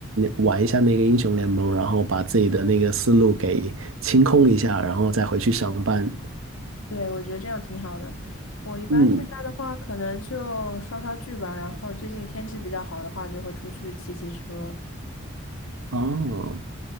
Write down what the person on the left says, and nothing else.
对，我觉得这样挺好的。我一般现在的话，
可能就刷刷剧吧，然后最近天气比较好的话，就会出去骑骑车。